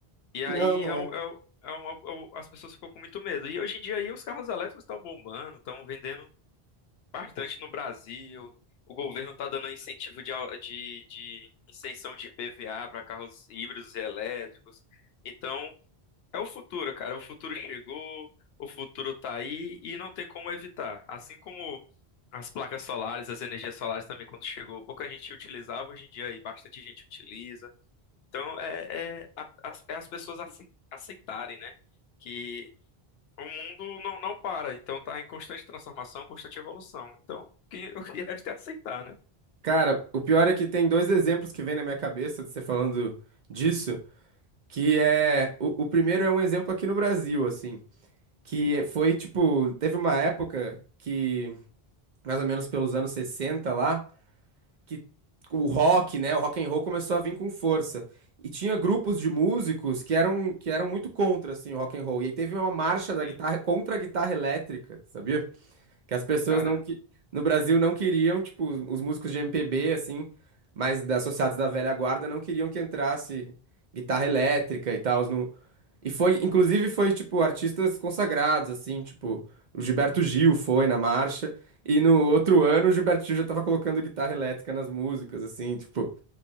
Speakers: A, on the left; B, on the right.
A: E
B: Não,
A: aí
B: né?
A: é um- é um- é um- é um- as pessoas ficam com muito medo. E hoje em dia aí, os carros elétricos estão bombando, estão vendendo bastante no Brasil. O governo está dando incentivo de, au- de, de isenção de IPVA para carros híbridos e elétricos. Então, é o futuro, cara. O futuro chegou, o futuro tá aí e não tem como evitar. Assim como as placas solares, as energias solares também, quando chegou, pouca gente utilizava, hoje em dia aí bastante gente utiliza. Então, é, é, a- as, é as pessoas acei- aceitarem, né? Que o mundo não, não para, então está em constante transformação, constante evolução. Então, o que <laughs> o que resta é aceitar, né?
B: Cara, o pior é que tem dois exemplos que vem na minha cabeça de você falando disso, que é o, o primeiro é um exemplo aqui no Brasil, assim, que é- foi tipo, teve uma época que mais ou menos pelos anos 60 lá, que o rock, né, o rock and roll começou a vir com força. E tinha grupos de músicos que eram que eram muito contra assim o rock and roll. E aí teve uma marcha da
A: Sim.
B: guitarra contra a guitarra elétrica, sabia? Que as pessoas
A: Caramba.
B: não que no Brasil não queriam, tipo, os os músicos de MPB assim, mais da- associados da velha guarda não queriam que entrasse guitarra elétrica e tal no E foi, inclusive foi tipo artistas consagrados assim, tipo, o Gilberto Gil foi na marcha e no outro ano o Gilberto Gil já tava colocando guitarra elétrica nas músicas assim, tipo.